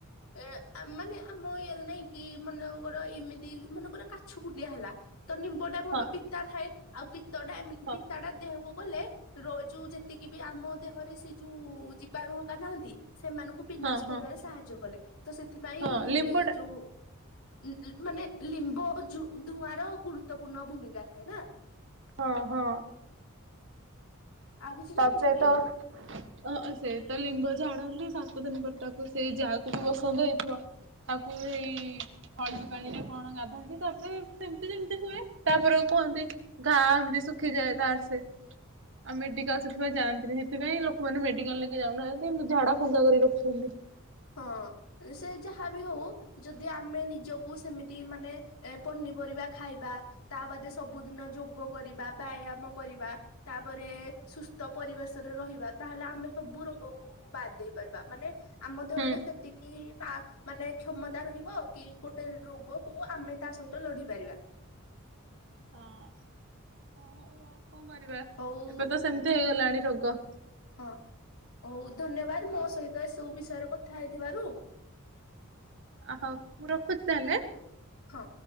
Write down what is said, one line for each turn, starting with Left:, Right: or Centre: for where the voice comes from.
Left: ଏ ଆ ମାନେ ଆମ ଇଏରେ ନାଇଁ କି ମାନେକର ଏମିତି ମନେକର କାଛୁ କୁଣ୍ଡିଆ ହେଲା ତ ନିମ୍ବ ଟା କଣ
Right: ହଁ
Left: ପିତା ଥାଏ ଆଉ ପିତ୍ତଟା ଏମି
Right: ହଁ
Left: ପିତାଟା ଦେହକୁ ଗଲେ ରୋ ଏ ଯୋଉ ଯେତିକି ବି ଆମ ଦେହରେ ସେ ଯୋଉ ଜୀବାଣୁ ହକା ନାହାନ୍ତି ସେମାନ ଙ୍କୁ ବିନାଶ
Right: ହଁ
Left: କରିବାରେ
Right: ହଁ
Left: ସାହାଯ୍ୟ କଲେ ତ ସେଥିପାଇଁ
Right: ହଁ ଲିମ୍ବଟା
Left: ଯୋଉ ଉଁ ଉଁ ମାନେ ଲିମ୍ବ ଜୁ ଧୂଆଁ ର ଗୁରୁତ୍ୱପୂର୍ଣ୍ଣ ଭୂମିକା ଥାଏ ନା।
Right: ହଁ ହଁ।
Left: ଆଉ କିଛି
Right: ତାପରେ
Left: ଜାଣିଛ କି?
Right: ତ ଅ ହ ସେ ତ ଲିମ୍ବ ଝାଡ଼ନ୍ତି ସାତ ଦିନ ପରେ ତାକୁ ସେଇ ଯାହାକୁ ବି ବସନ୍ତ ହେଇଥିବ ତାକୁ ହେଇ ହଳଦୀ ପାଣିରେ କଣ ଗାଧାନ୍ତି ତାପରେ ସେମତି ସେମିତି ହୁଏ ତାପରେ କୁହନ୍ତି ଘା ଏମିତି ସୁଖି ଯାଏ ତାର ସେ ଆ ମେଡ଼ିକାଲ୍ ସେଥିପାଇଁ ଯାଆନ୍ତିନି ହେଥିପାଇଁ ଲୋକମାନେ ମେଡ଼ିକାଲ ଲି ଯାଉନାହାନ୍ତି କିନ୍ତୁ ଝାଡ଼ା ଫୁଙ୍କା କରି ରଖୁଛନ୍ତି।
Left: ହଁ। ଏ ସେ ଯାହା ବିି ହଉ ଯଦି ଆମେ ନିଜକୁ ସେମିତି ମାନେ ଏ ପନିପରିବା ଖାଇବା ତା ବାଦେ ସବୁଦିନ ଯୋଗ କରିବା ବ୍ୟାୟାମ କରିବା ତାପରେ ସୁସ୍ଥ ପରିବେଶରେ ରହିବା ତାହେଲେ ଆମେ ସବୁ ରୋଗକୁ। ବାଦ୍ ଦେଇ ପାରିବା ମାନେ ଆମ ଦେହରେ
Right: ହୁଁ
Left: ସେତିକି ପା ମାନେ କ୍ଷମତା ରହିବ କି ଗୋଟେ ରୋଗକୁ ଆମେ ତା ସହିତ ଲଢି ପାରିବା।
Right: ହଁ। ହଉ ଆଉ କଣ କରିବା
Left: ହଉ
Right: ଏବେ ତ ସେମିତି ହେଇଗଲାଣି ରୋଗ।
Left: ହଁ ହଉ ଧନ୍ୟବାଦ ମୋ
Right: ଓହୋ
Left: ସହିତ ଏ ସବୁ ବିଷୟରେ କଥା ହେଇଥିବାରୁ।
Right: ଓ ହଉ ମୁଁ ରଖୁଛି ତାହେଲେ।
Left: ହଁ।